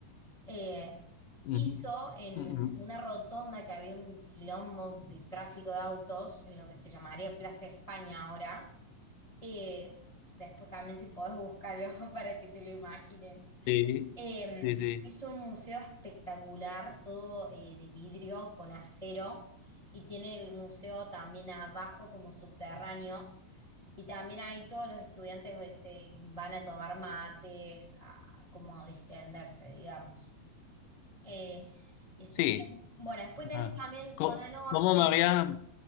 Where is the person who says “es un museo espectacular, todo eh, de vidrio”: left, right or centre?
Left